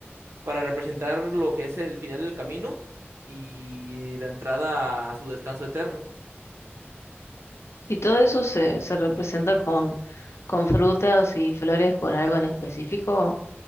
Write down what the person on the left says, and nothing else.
Y todo eso se, se representa con, con frutas y flores por algo en específico.